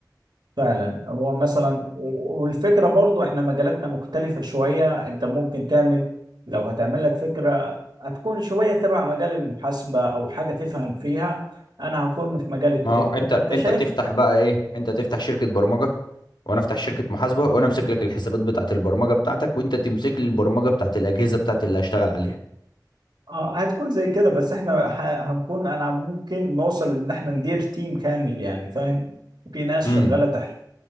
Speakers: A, on the right; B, on the left.
A: فعلا هو مثلا و- والفكره برضو احنا مجالاتنا مختلفه شويه انت ممكن تعمل لو هتعمل لك فكره هتكون شويه تبع مجال المحاسبه او حاجه تفهم فيها انا هكون في مجال التك
B: ما هو انت
A: انت
B: انت
A: شايف
B: تفتح بقى ايه انت تفتح شركة برمجة وانا افتح شركة محاسبة وانا امسك لك الحسابات بتاعة البرمجة بتاعتك وانت تمسك لي البرمجة بتاعة الأجهزة بتاعة اللي هشتغل عليها
A: اه هتكون زي كده بس احنا ح- هنكون انا ممكن نوصل ان احنا ندير تيم كامل يعني فاهم في ناس
B: امم
A: شغالة تحت